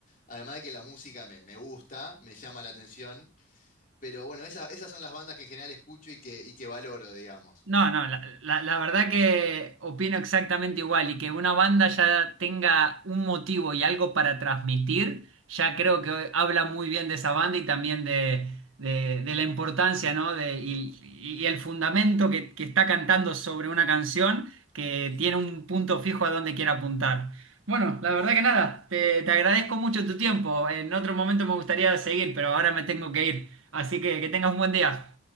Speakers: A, on the left; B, on the right.
A: Además de que la música me, me gusta, me llama la atención, pero bueno, esa- esas son las bandas que en general escucho y que, y que valoro, digamos.
B: No, no, la, la- la verdad que opino exactamente igual y que una banda ya tenga un motivo y algo para transmitir, ya creo que habla muy bien de esa banda y también de, de- de la importancia, ¿no? De, y, y el fundamento que, que está cantando sobre una canción que tiene un punto fijo a donde quiere apuntar. Bueno, la verdad que nada, te, te agradezco mucho tu tiempo. En otro momento me gustaría seguir, pero ahora me tengo que ir. Así que que tengas un buen día.